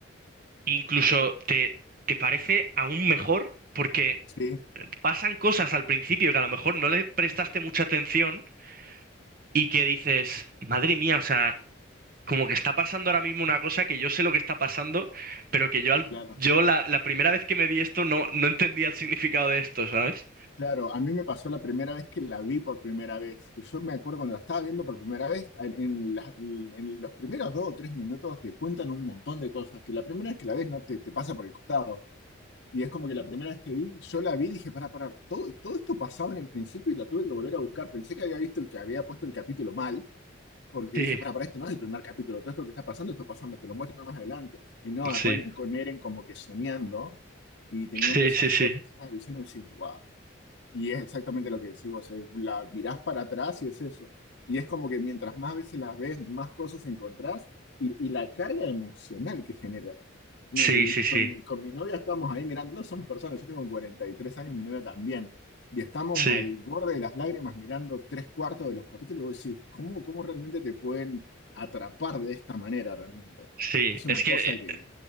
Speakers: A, on the right; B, on the left.
A: incluso te, te parece aún mejor porque
B: Sí,
A: pasan cosas al principio que a lo mejor no le prestaste mucha atención y que dices, madre mía, o sea, como que está pasando ahora mismo una cosa que yo sé lo que está pasando, pero que yo, al-
B: claro.
A: yo la, la primera vez que me vi esto no, no entendía el significado de esto, ¿sabes?
B: Claro, a mí me pasó la primera vez que la vi por primera vez, que yo me acuerdo cuando la estaba viendo por primera vez, en, en la- en los primeros dos o tres minutos te cuentan un montón de cosas que la primera vez que la ves no te, te pasa por el costado. Y es como que la primera vez que vi, yo la vi y dije, para, para, todo, todo esto pasaba en el principio y la tuve que volver a buscar. Pensé que había visto el que había puesto el capítulo mal, porque
A: Sí,
B: dije, para, para, este no es el primer capítulo, todo esto que está pasando, esto pasa, te lo muestro más adelante. Y no,
A: sí,
B: arranca con Eren como que soñando y teniendo
A: sí,
B: esas
A: sí, sí,
B: cosas, esas visiones, decís, wow. Y es exactamente lo que decís vos, eh, la mirás para atrás y es eso. Y es como que mientras más veces las ves, más cosas encontrás y, y la carga emocional que genera. Mi-
A: sí, sí, sí,
B: con, mi, con mi novia estamos ahí mirando, dos somos personas, yo tengo 43 años, mi novia también. Y estamos
A: sí,
B: al borde de las lágrimas mirando tres cuartos de los capítulos. Y vos decís, ¿cómo, cómo realmente te pueden atrapar de esta manera realmente?
A: sí.
B: Es una
A: Es que
B: cosa
A: eh,
B: que,